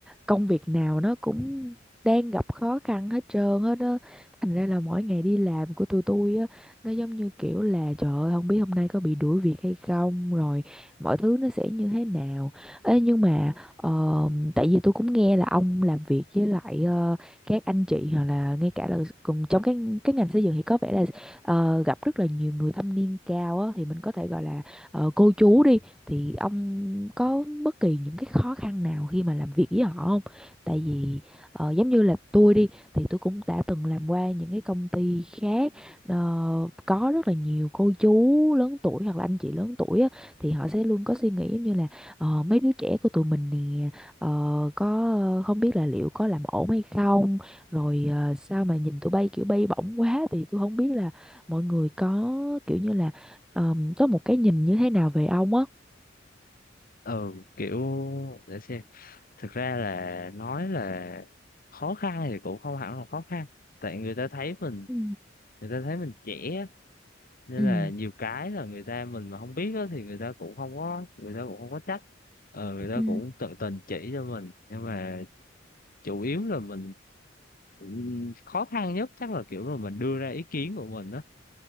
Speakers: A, in the centre; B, on the left.
A: công việc nào nó cũng đang gặp khó khăn hết trơn hết á thành ra là mỗi ngày đi làm của tụi tôi á nó giống như kiểu là trời ơi không biết hôm nay có bị đuổi việc hay không rồi mọi thứ nó sẽ như thế nào Ê, nhưng mà ờ, tại vì tôi cũng nghe là ông làm việc với lại ờ, các anh chị hoặc là ngay cả là cùng trong cái cái ngành xây dựng thì có vẻ là ờ, gặp rất là nhiều người thâm niên cao á, thì mình có thể gọi là ờ, cô chú đi thì ông có bất kỳ những cái khó khăn nào khi mà làm việc với họ không? Tại vì ờ, giống như là tôi đi thì tôi cũng đã từng làm qua những cái công ty khác ờ, có rất là nhiều cô chú lớn tuổi hoặc là anh chị lớn tuổi á, thì họ sẽ luôn có suy nghĩ giống như là ờ, mấy đứa trẻ của tụi mình nè ờ, có không biết là liệu có làm ổn hay không rồi ờ, sao mà nhìn tụi bay kiểu bay bổng quá thì tôi không biết là mọi người có kiểu như là ờm, có một cái nhìn như thế nào về ông á
B: ừ kiểu để xem thực ra là nói là khó khăn thì cũng không hẳn là khó khăn tại người ta thấy mình
A: Ừ.
B: người ta thấy mình trẻ á, nên
A: ừ
B: là nhiều cái là người ta mình mà không biết á, thì người ta cũng không có người ta cũng không có trách ờ, người ta
A: Ừ.
B: cũng tận tình chỉ cho mình nhưng mà chủ yếu là mình ừm, khó khăn nhất chắc là kiểu là mình đưa ra ý kiến của mình á